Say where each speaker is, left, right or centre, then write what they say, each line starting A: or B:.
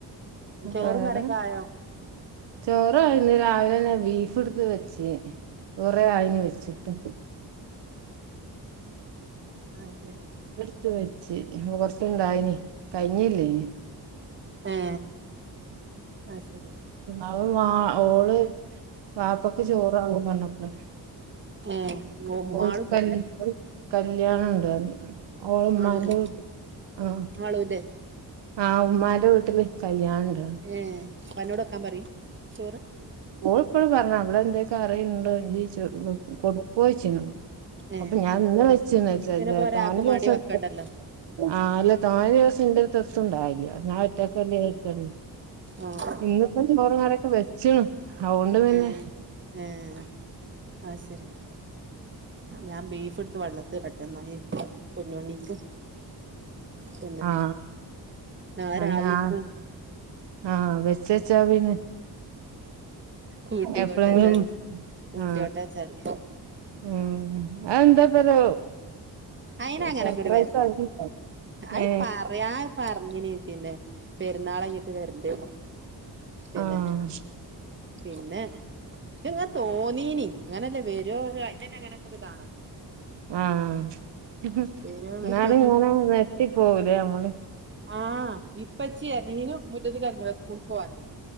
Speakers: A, on the right (about 30°); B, on the right (about 80°).
A: ചോറും
B: വേറെ
A: കറിയൊക്കെ ആയോ
B: ചോറിരാന്ന് രാവിലെന്നെ വീ ഫ്ട്ത്ത് വെച്ച് കൊറെ ആയിന് വെച്ചിട്ട്
A: അതെ
B: എടുത്ത് വെച്ച് പ്പ പുറത്തുണ്ടായിന് കഴിഞ്ഞില്ലേനി
A: ഏ അയ്ശരി
B: <unintelligible> ഓള് വാപ്പക്ക് ചോറ് വാണം പറഞ <unintelligible>
A: ഏഹ്
B: ഓൾക്
A: മാളുല്ല്യാടെ
B: കല്യാണം കല്യാണം ഉണ്ടാർന്നു ഓൾ ഉമ്മാന്റെ
A: മാളൂനോ
B: വീട്ട് ആ
A: മാളൂന്റെ
B: ആഹ് ഉമ്മാന്റെ വീട്ടില് കല്യാണം ഉണ്ട്
A: ഏ പ്പന്നോട് വെക്കാൻ പറയേ ചോറ്
B: ഓൾ ഇപ്പോഴും പറഞ്ഞു അവിടെ എന്തേ കറിണ്ടോ <unintelligible> കൊടുക്കോച്ച്ന്നോട്
A: ഏഹ്
B: അപ്പ ഞാൻ ഇന്ന് വെച്ച വച്ച
A: പിന്നെപ്പോ ഒരാക്കും
B: തോന്നേദിവസം
A: മാണ്ടി വെക്കണ്ടല്ലോ
B: ആ അല്ല തോന്നേദിവസണ്ട് എത്തും ണ്ടാവേല്ല്യഞാൻ ഒറ്റയ്ക്കല്ലെ ജാരിച്ചാട്ട്
A: ആഹ്
B: ഇന്ന് ഇപ്പം ചോറൂംകറിക്കൊ വെച്ച്ണ് അ ഓണ്ട് പിന്നെ
A: ഏഹ് ഏഹ് അത് ശരി ഞാൻ ബീഫ് എടുത്ത് വെള്ളത്തിടട്ടെ ന്നാല് കുഞ്ഞുണ്ണിക്ക് പിന്നെ
B: ആ
A: നാളെരാവിൽക്കും
B: അന്നെ ആ ആ വെച്ചച്ചാ പിന്നെ
A: കൂട്ടി
B: എപ്പളെങ്കിലും
A: കൊട്ട ചാരി കൂട്ടി
B: ആ
A: ഒട്ടാ ചാരി
B: ഉം അത് എന്താപ്പൊരു
A: അയിന് അങ്ങനൊക്കെ
B: സർപ്രൈസ്
A: ഒരു വരലാ
B: <unintelligible>
A: അത്
B: ഏ
A: പറയാ പറഞ്ഞിന് പിന്നെ പെരുന്നാളയ്ഞ്ഞിട്ട് വരണ്ട് പിന്നെ
B: ആഹ്
A: പിന്നെ ഇക്ക്ങ്ങ തോന്നീനി ങ്ങനല്ലേ വരോ <unintelligible> അയ്ന് അങ്ങനൊക്കൊരു ഇതാണു
B: ആഹ്
A: വരോ
B: ന്നാലും
A: വരോന്ന്
B: ങ്ങനെ നെട്ടിപ്പോവൂലേ നമ്മള്
A: ആഹ് ഇപ്പച്ചി നീനും മുറ്റത്ത് കഞ്ഞിവ സ്കൂൾക്ക് പോവാന്